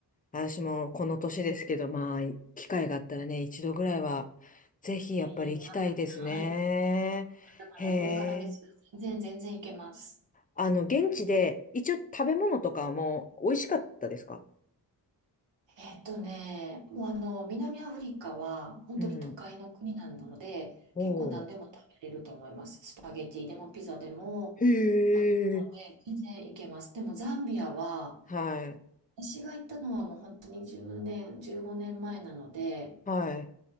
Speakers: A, on the left; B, on the right.
A: 私もこの年ですけど、まあ、機会があったらね、一度ぐらいは、ぜひやっぱり行きたいですね。
B: いえいえ、まだ、はい。まだまだこれからです。
A: へえ。
B: 全然、全然いけます。
A: あの、現地で、一応食べ物とかも美味しかったですか
B: えっとね、もうあの、南アフリカは本当に都会の国なので、
A: うん。おー。
B: 結構何でも食べれると思います。スパゲティでもピザでも、
A: へ
B: あったの
A: え。
B: で、全然行けます。でもザンビアは、
A: はい。
B: 私が行ったのはもう本当に10年、15年前なので、
A: はい。